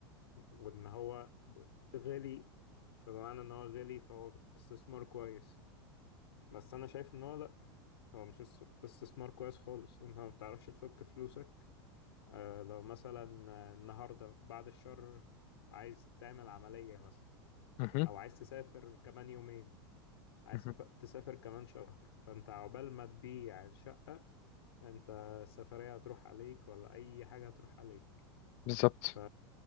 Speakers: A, on the left; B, on the left.
A: وان هو ب- غالي فبمعنى ان هو غالي فهو استثمار كويس بس انا شايف ان هو لا هو مش اس- استثمار كويس خالص انت ما بتعرفش تفك فلوسك آه لو مثلا آه، النهارده بعد الشر عايز تعمل عملية مثلا
B: مهم.
A: او عايز تسافر كمان يومين عايز
B: مهم.
A: تف- تسافر كمان شهر فانت عقبال ما تبيع الشقة انت السفرية هتروح عليك ولا اي حاجة هتروح عليك
B: بالظبط
A: ف